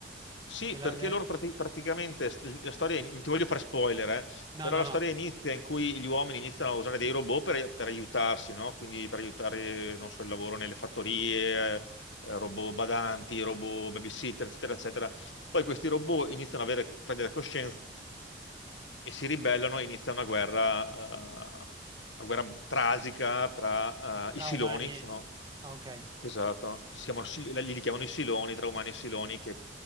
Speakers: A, on the left; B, on the right.
A: sì,
B: nella,
A: perché
B: ne-
A: loro
B: in-
A: prati- praticamente st- la storia, non ti voglio fare spoiler, eh,
B: no,
A: però
B: no,
A: la
B: no,
A: storia inizia in cui gli uomini iniziano a usare dei robot per, per aiutarsi, no? Quindi per aiutare, non so, il lavoro nelle fattorie. eh, robot badanti, robot babysitter, eccetera, eccetera. Poi questi robot iniziano a avere- prendere coscienza e si ribellano e inizia una guerra, eh, una guerra trasica tra eh,
B: tra
A: i Siloni,
B: umani
A: che sono,
B: e... Ah, ok.
A: esatto, si chiamano Sil- li chiamano i Siloni, tra umani e Siloni, che-